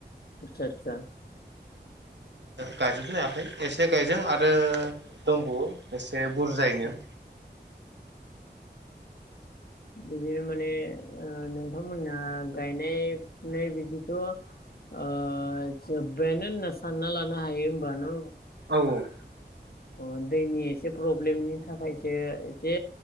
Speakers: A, on the left; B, on the right.
A: आतसा आतसा।
B: गायजोब लायाखै एसे गायदों आरो दंबावो। एसे बुरजायैनो।
A: दे। बिदिनो माने नोंथांमोना गायनाय फुनाय बिदिथ' आ जोबायानो होनना नसानना लानो हायो बानो।
B: औ औ।
A: अ दैनि एसे प्रब्लेमनि थाखायसो एसे